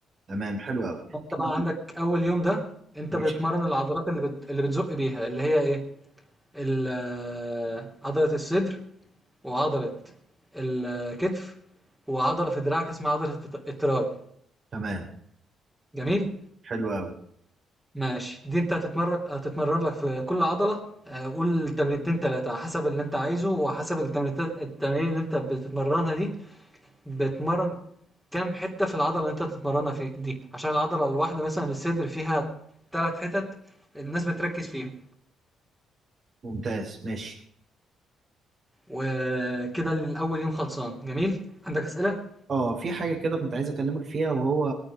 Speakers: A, on the right; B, in the centre.
A: تمام حلو أوي
B: فأنت بقى عندك
A: طب
B: أول يوم ده أنت
A: ماشي
B: بتمرن العضلات اللي بت... اللي بتزق بيها اللي هي إيه؟ ال- آه، عضلة الصدر وعضلة الكتف وعضلة في دراعك اسمها عضلة الت- التراي
A: تمام
B: جميل؟
A: حلو أوي
B: ماشي دي انت هتتمرن هتتمرن لك في كل عضلة آه، قول تمرينتين تلاتة حسب اللي انت عايزه وحسب التمرينتين التمارين اللي انت بتتمرنها دي بتمرن كام حتة في العضلة اللي أنت بتتمرنها في دي عشان العضلة الواحدة مثلا الصدر فيها تلات حتت الناس بتركز فيهم
A: ممتاز ماشي
B: وكده الأول يوم خلصان جميل عندك أسئلة؟
A: اه في حاجة كده كنت عايز أكلمك فيها وهو